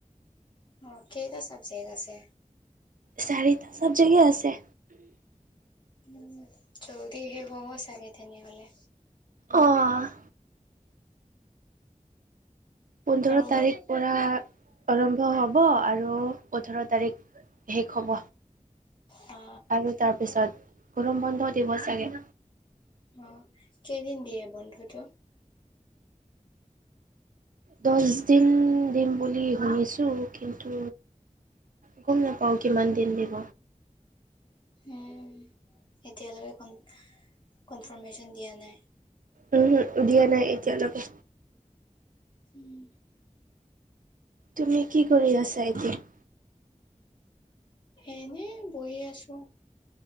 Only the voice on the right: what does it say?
চাৰিটা চাবজেক্ট এ আছে।
অ'। পোন্ধৰো
তাৰিখ পৰা আৰম্ভ হ'ব, আৰু ওঠৰ তাৰিখ শেষ হব।
আৰু তাৰ পিছত গৰম বন্ধ দিৱ চাগে।
দচ দিন দিম বুলি শুনিছোঁ, কিন্তু গ'ম নেপাওঁ কিমান দিন দিব।
উম, হুম, দিয়া নাই এতিয়ালৈকে।
তুমি কি কৰি আছা এতিয়া?